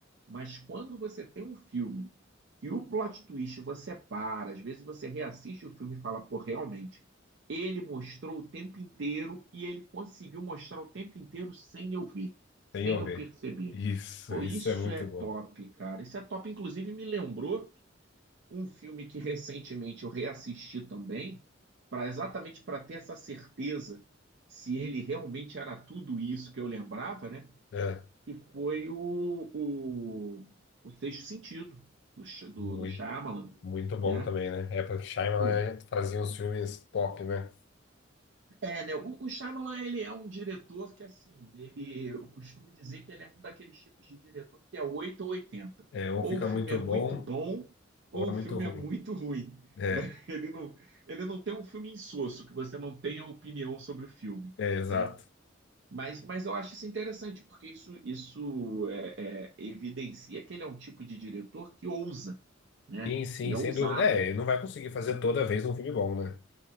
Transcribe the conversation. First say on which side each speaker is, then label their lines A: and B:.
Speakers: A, on the right; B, on the left.
A: Mas quando você tem um filme que o plot twist você para, às vezes você reassiste o filme e fala, pô, realmente, ele mostrou o tempo inteiro e ele conseguiu mostrar o tempo inteiro sem eu ver, sem
B: Sem ouvir.
A: eu perceber.
B: Isso,
A: Pô,
B: isso
A: isso
B: é muito
A: é top,
B: bom.
A: cara. Isso é top. Inclusive, me lembrou um filme que recentemente eu reassisti também, para exatamente para ter essa certeza se ele realmente era tudo isso que eu lembrava, né?
B: É,
A: Que foi o, o, o Sexto Sentido do, Ch- do,
B: muito,
A: do Shyamalan,
B: muito bom
A: né?
B: também, né? Época que Shyamalan
A: Pô,
B: né, fazia uns filmes top, né?
A: É, né? O, o Shyamalan, ele é um diretor que, assim, ele, eu costumo dizer que ele é um daqueles tipos de diretor que é 8 ou 80.
B: É, ou
A: Ou
B: fica
A: o filme
B: muito
A: é muito
B: bom,
A: bom, ou
B: ou é muito
A: o filme
B: ruim.
A: é muito ruim,
B: É,
A: né? <laughs> Ele não, ele não tem um filme insosso, que você não tenha opinião sobre o filme,
B: É, exato.
A: né? Mas, mas eu acho isso interessante, porque isso, isso é, é, evidencia que ele é um tipo de diretor que ousa, né?
B: sim, sim,
A: Ele é
B: sem
A: ousado.
B: dúvida. É, ele não vai conseguir fazer
A: né?
B: toda vez um filme bom, né?